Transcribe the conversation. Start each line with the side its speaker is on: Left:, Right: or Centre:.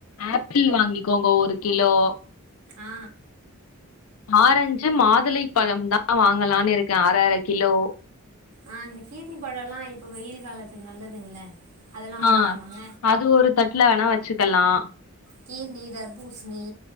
Left: ஆப்பிள் வாங்கிக்கோங்க ஒரு கிலோ
Right: ஆ
Left: ஆரஞ்சு மாதுளை பழம் தான் வாங்கலான்னு இருக்கேன் அர அர கிலோ
Right: ஆ அந்த கீருனி பழம் எல்லாம் இப்ப வெயில் காலத்துக்கு நல்லதுங்கள அதெல்லா வாங்கலாமாங்க
Left: ஆ அது ஒரு தட்டுல வேணா வச்சு எல்லாம் எல்லாம்
Right: கீர்னி தர்பூசணி